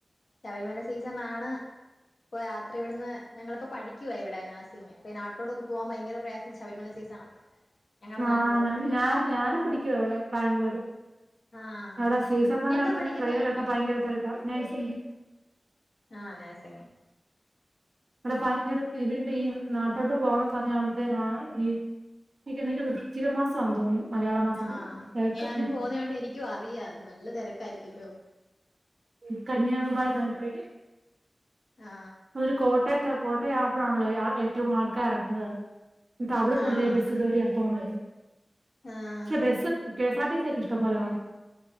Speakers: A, on the left; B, on the right.
A: ശബരിമല സീസൺ ആണ്. ഇപ്പൊ രാത്രി ഇവിടുന്ന്, ഞങ്ങളിപ്പൊ പഠിക്കുവയ ഇവിടെ നഴ്സിംഗ്. പിന്നെ നാട്ടിലോട്ടോക്കെ പോവാൻ ഭയങ്കര പ്രയാസം ശബരിമല സീസണാ. ഞങ്ങടെ
B: ആ
A: നാട്ടിലോട്ടൊക്കെ
B: ഞാൻ ഞാന ഞാന പഠിക്കുവ അവിടെ ബാംഗ്ലൂര്.
A: ആഹ്
B: അവിടെ സീസൺ സമയത്തൊക്കെ
A: എന്താ പഠിക്കുന്നേ
B: ട്രെയിനൊലൊക്കെ ഭയങ്കര തിരക്ക. നഴ്സിംഗ്
A: ആ നഴ്സിങ്.
B: ഇവിടെ ഭയങ്കര <unintelligible> നാട്ടോട്ട് പോകുന്ന സമയ ആകുമ്പോത്തേനാണ് ഈ എനിക്ക് <unintelligible> വൃച്ചിക മാസാന്ന് തോന്നുന്നു. മലയാള മാസത്തിൽ
A: ആ
B: തിരക്ക്
A: ഞാനും
B: ഉം.
A: പോന്നയോണ്ട് എനിക്കും അറിയ ഇന്ന് നല്ല തെരക്കായിരിക്കല്ലോ.
B: ഉം കന്യാകുമാരിന്നാ ട്രെയിന്.
A: ആ
B: ഒരു കോട്ടയത്ത കോട്ടയ ആവുമ്പഴാണല്ലോ ഏറ്റവും ആൾക്കാർ ഇറങ്ങുന്നത്. എന്നിട്ട് അവ്ടന്നല്ലേ
A: ആഹ്
B: ബസ്സ് കേറിയ പോന്നത്.
A: ആഹ്
B: പക്ഷെ bus, K S R T C ഒക്കെ ഇഷ്ടം പോലെ കാണും.